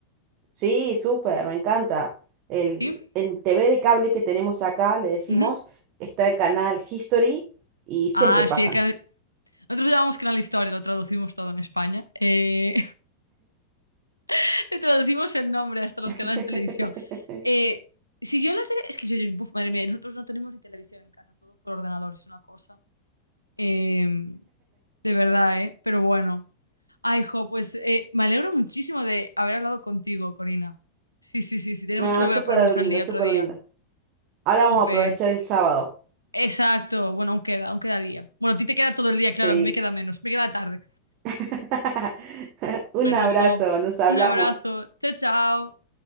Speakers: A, on the right; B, on the left.
A: Sí, súper, me encanta. El,
B: ¿Sí?
A: en TV de cable que tenemos acá, le decimos,
B: Ujú.
A: está el canal History y siempre
B: Ah,
A: pasan.
B: sí. el canal- Nosotros llamamos Canal Historia, lo traducimos todo en España. Eh, <laughs> Le traducimos el nombre hasta los
A: <laughs>
B: canales de televisión. Eh, si yo en la tele... Es que yo, yo- buf, madre mía, nosotros no tenemos ni televisión en casa, todo por ordenador, es una cosa. Eh, de verdad, ¿eh? Pero bueno. Ay, jo, pues eh, me alegro muchísimo de haber hablado contigo, Corina. Sí, sí, sí, sí, tenemos
A: No,
B: que volver
A: súper
B: a ponernos
A: lindo,
B: al día
A: súper
B: otro día.
A: lindo. Ahora vamos
B: Jope.
A: a aprovechar el sábado.
B: Exacto, bueno, aún queda, aún queda día. Bueno, a ti te queda todo el día, claro,
A: Sí.
B: a mí me queda menos, me queda tarde.
A: <laughs> Un
B: Bueno,
A: abrazo,
B: jo,
A: nos hablamos.
B: un abrazo, chao, chao.